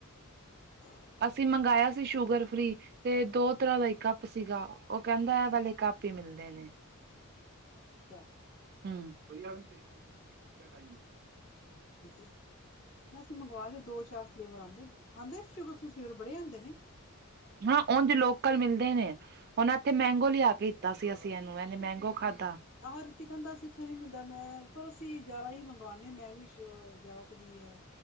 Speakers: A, on the left; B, on the right.
A: ਹਾਂ।
B: ਅਸੀਂ ਮੰਗਾਇਆ ਸੀ ਸ਼ੂਗਰ ਫ੍ਰੀ ਤੇ ਦੋ ਤਰਾਂ ਦਾ ਈ ਕੱਪ ਸੀਗਾ। ਉਹ ਕਹਿੰਦਾ, ਇਹ ਵਾਲੇ ਕੱਪ ਈ ਮਿਲਦੇ ਨੇ।
A: ਹਾਂ, ਅੱਛਾ।
B: ਹੂੰ, ਭਾਈ ਆ ਵੀੇ ਦੋ <unintelligible>
A: ਉਹੀ ਤੇ, ਮੈ ਅਸੀਂ ਮੰਗਵਾ ਰਹੇ ਦੋ-ਚਾਰ ਫਲੇਵਰ ਆਉਂਦੇ ਆਂਦੇ ਸ਼ੁਗਰ ਫ੍ਰੀ ਫਲੇਵਰ, ਬੜੇ ਆਂਦੇ ਨੇ।
B: ਹਾਂ, ਉਂਝ ਲੋਕਲ ਮਿਲਦੇ ਨੇ। ਹੁਣ ਇੱਥੇ ਮੈਂਗੋ ਲਿਆ ਕੇ ਦੀਤਾ ਸੀ ਅਸੀਂ ਇਹਨੂੰ। ਇਹਨੇ ਮੈਂਗੋ ਖਾਧਾ।
A: ਆਹੋ ਰਿਤਿਕ ਕਹਿੰਦਾ ਸੀ, ਇੱਥੋਂ ਨਹੀਂ ਮਿਲਦਾ। ਮੈਂ, ਪਰ ਅਸੀਂ ਜ਼ਾ ਈ ਮੰਗਵਾਨੇ। ਮੈਂ ਵੀ ਸੀ ਓ ਜਾਤਦੀ ਐ।